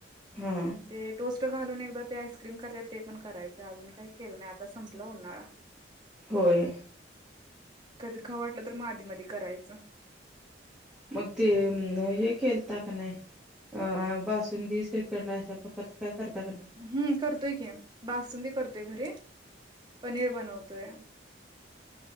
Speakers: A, in the centre; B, on the right.
A: हा
B: ते टोस्ट घालून एकदा ते आईस्क्रीम करत्यात ते पण करायच. अजून काय केलं नाही. आता संपलं उन्हाळा.
A: होय.
B: कधी खाऊ वाटलं तर म आधी मधी करायचं.
A: मग ते हे केलता का नाही? अ बासुंदी, श्रीखंड अशा प्रकारच काय करता का नाही?
B: हम्म करतोय की, बासूनंदी करतोय घरी, पनीर बनवतोय.